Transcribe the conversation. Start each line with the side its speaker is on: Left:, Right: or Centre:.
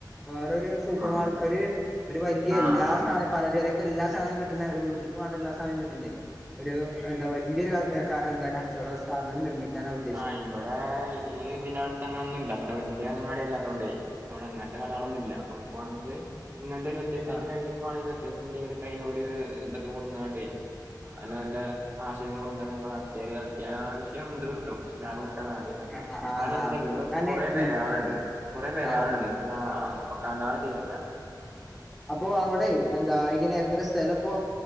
Centre: കാറ് ഒരു സൂപ്പർ
Right: ആ
Centre: മാർക്കറ്റ് ഒരു ഒരു വലിയ
Right: ആ
Centre: എല്ലാ
Right: ആ
Centre: സാധന പലചരക്ക എല്ലാ സാധനവും കിട്ടുന്ന ഒരു. വീട്ട്ക്ക് വാണ്ടല്ലാ. സമയം കിട്ടൂലേ ഒരു എന്താ വല്ലിയ ഒരു എന്താ കച്ചവട സ്ഥാപനം നിർമ്മിക്കാന് അവര
Right: ആഹ് ഇവിടെ ഇന്തിന അടുത്ത് അങ്ങനൊന്നും ഇല്ലാത്തല്ല വല്ലിയ അങ്ങാടി അല്ലാത്തോണ്ടേ. അവിടെ അങ്ങത്തെ കകളൊന്നുമ ഇ അപ്പണെങ്കിൽ ഇങ്ങനത്തെ വത്യസ്തമായിട്ടണെങ്കിൽ
Centre: ആഹ്
Right: വത്യസ് ഇ ഇങ്ങനെ ക എന്താ കൊണ്ടേ നല്ല നല്ല ആശയങ്ങൾ കൊടു അത്യാ അത്യാവശ്യം ഇത് കിട്ടും ലാഭം കിും നാട്ടുണ്ട്
Centre: ആഹ് ആഹ്
Right: കാരണം
Centre: ആഹ്
Right: വെച്ചേ ഇവിടെ
Centre: അനെ
Right: കൊറ പെരാളുണ്ട്
Centre: ഉം
Right: കുറെേ പെരാളുണ്ട്
Centre: ആഹ് ആഹ്
Right: കണ്ടാണ് തീരല്ല
Centre: അപ്പോൊ അവിടെ എന്താ ഇങ്ങനെ എത്ര സ്ഥല ഇപ്പോ